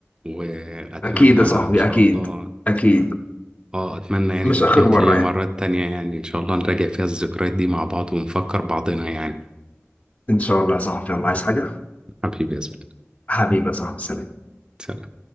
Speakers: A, on the right (about 20°); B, on the left (about 30°).
A: واتمنى
B: اكيد يا
A: ان
B: صاحبي
A: شاء
B: اكيد
A: الله
B: اكيد
A: اه اتمنى يعني
B: مش
A: ان يكون
B: اخر مره
A: في مرات
B: يعني
A: تانية يعني ان شاء الله نراجع فيها الذكريات دي مع بعض ونفكر بعضنا يعني
B: ان شاء الله يا صاحبي الله عايز حاجه
A: حبيبي يا زميلي
B: حبيبي يا صاحبي سلام
A: سلام.